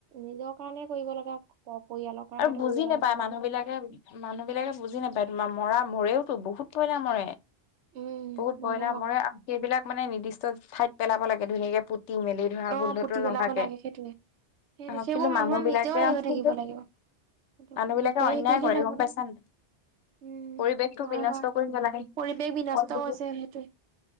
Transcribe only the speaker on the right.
নিজৰ কাৰণে কৰিব লাগে আকৌ স-পৰিয়ালৰ কাৰণেতো
কৰিব
লাগে কিবা
এটা।
উম
ক
অ
পুতি পেলাব
লাগে
সেইটোৱে সেই সেইবোৰ
মানুহৰ
নিজেও হেৰি
হৈ থাকিব লাগিব সেইটো
লোকে
হেৰি কৰিলে
নহব
নহয়
উম
হয়
হয়
পৰিৱেশ বিনষ্ট হৈছে সেইটোৱে